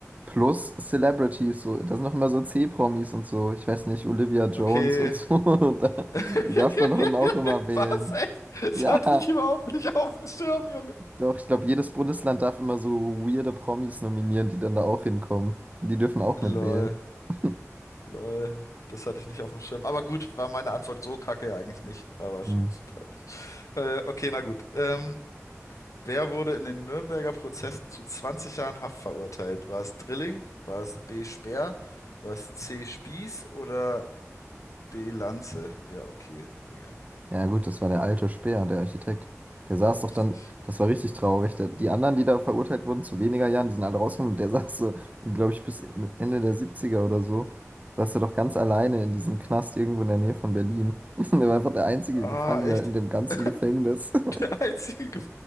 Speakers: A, on the right; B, on the left.
A: Plus-Celebrities, so, da sind doch immer so C-Promis und so. Ich weiß nicht, Olivia Jones
B: Okay.
A: und so. <laughs> Da,
B: <laughs>
A: die darf doch dann auch immer wählen.
B: Was? Echt? Das
A: Ja,
B: hatte ich überhaupt nicht auf dem Schirm, Junge.
A: doch, ich glaube, jedes Bundesland darf immer so weirde Promis nominieren, die dann da auch hinkommen. Die dürfen auch mitwählen.
B: Lol.
A: <laughs>
B: Lol. Das hatte ich nicht auf dem Schirm. Aber gut, war meine Antwort so kacke ja eigentlich nicht. Aber
A: Hm.
B: schon ein bisschen peinlich. Äh, okay, na gut. Ähm, Wer wurde in den Nürnberger Prozessen zu 20 Jahren Haft verurteilt? War es Drilling? War es B. Speer? War es C. Spieß oder D. Lanze? Ja, okay, Digga.
A: Ja, gut, das war der alte Speer, der Architekt. Der saß
B: Ja, richtig.
A: doch dann, das war richtig traurig. Der, die anderen, die da verurteilt wurden zu weniger Jahren, die sind alle rausgekommen. Und der saß so, glaube ich, bis Ende der Siebziger oder so, saß er doch ganz alleine in diesem Knast irgendwo in der Nähe von Berlin. <laughs> Der war einfach der einzige
B: Ah,
A: Gefangene
B: echt.
A: in dem ganzen
B: <laughs>
A: Gefängnis. <laughs>
B: Der einzige. Ge